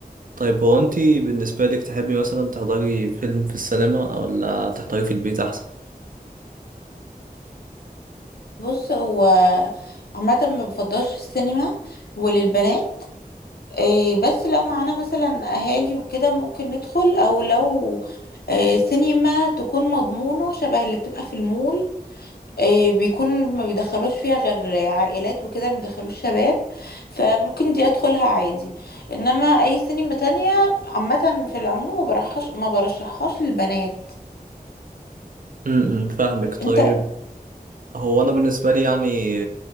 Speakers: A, on the right; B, on the left.
A: طيب هو أنتي بالنسبة لك تحبي مثلا تحضري فيلم في السينما ولا تحضري في البيت أحسن؟
B: بص هو عامه ما بفضلش السينما وللبنات إيه بس لو معانا مثلا اهالي وكده ممكن ندخل او لو إيه سينما تكون مضمونه شبه اللي بتبقى في المول إيه بيكون ما بيدخلوش فيها غير عائلات وكده ما بيدخلوش شباب فممكن دي ادخلها عادي انما اي سينما تانية عامه في العموم ما برحش ما برشحهاش للبنات
A: امم فاهمك طيب
B: انت
A: هو أنا بالنسبة لي يعني